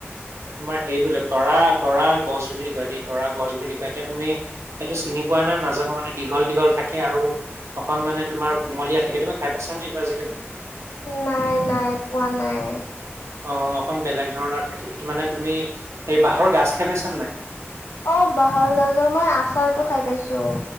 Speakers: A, on the right (about 80°); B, on the left (about 85°).
A: তোমাৰ হেৰিবিলাক তৰা তৰা গছ বুলি কয় দেই, তৰা গছ বুলি কয় তেতি তুমি এইটো চিনি পোৱা নাই নাজানো মানে দীঘল দীঘল থাকে আৰু অকণ মানে তোম কোমলীয়া থাকে, তুমি খাই পাইছানে এইটো আজিলৈকে?
B: নাই নাই, পোৱা নাই।
A: অ' অকন বেলেগ ধৰণৰ থাকে। সেইটো মানে তুমি এই বাঁহৰ গছ খাই পাইছানে নাই?
B: অ' বাহৰ গাজৰ, মই আচাৰটো
A: অ',
B: খাই পাইছোঁ।